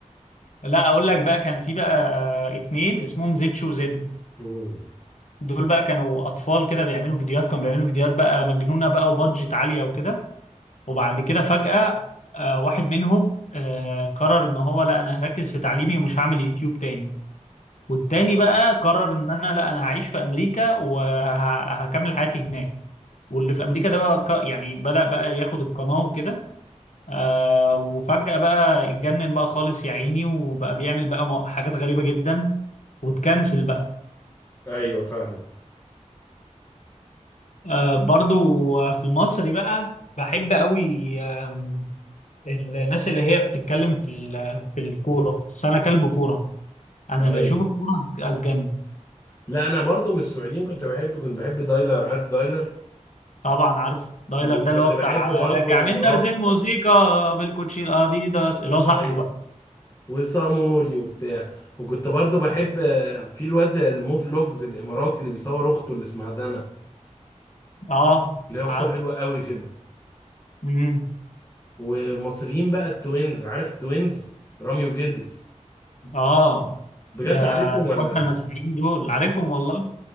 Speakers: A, on the left; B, on the left.
A: لا اقول لك بقى كان في بقى آه، اتنين اسمهم زد شو زد
B: مم.
A: دول بقى كانوا اطفال كده بيعملوا فيديوهات كانوا بيعملوا فيديوهات بقى مجنونه بقى وبادجت عاليه وكده وبعد كده فجأة آه، واحد منهم آه، قرر ان هو لا انا هركز في تعليمي ومش هعمل يوتيوب تاني والتاني بقى قرر ان انا لا انا هعيش في امريكا وهكمل حياتي هناك واللي في امريكا ده بقى ك- يعني بدأ بقى ياخد القناه وكده آه وفجأة بقى اتجنن بقى خالص يا عيني وبقى بيعمل بقى مو- حاجات غريبة جدا وتكنسل بقى
B: ايوه فاهمك
A: آه برضو آه، في المصري بقى بحب قوي آم، الناس اللي هي بتتكلم في ال- في الكورة بس أنا كلب كورة أنا
B: ايوه
A: بشوف الكورة أتجنن
B: لا انا برضو من السعوديين كنت بحب كنت بحب دايلر عارف دايلر
A: طبعا عارف دايلر
B: وكنت
A: ده اللي هو بتاع
B: بحب برضو
A: راجع
B: الاماراتي
A: من درس الموسيقى بالكوتشي أديداس اللي هو
B: ايوه
A: صاحبه بقى
B: وصامولي وبتاع وكنت برضو بحب آه، في الواد المو فلوجز الاماراتي اللي بيصور اخته اللي اسمها دنا
A: اه
B: اللي هي اخته
A: عارف
B: حلوه قوي كده
A: مم.
B: والمصريين بقى التوينز عارف التوينز رامي وجرجس
A: اه
B: بجد
A: ده
B: عارفهم ولا
A: اخواتنا المسيحيين دول عارفهم والله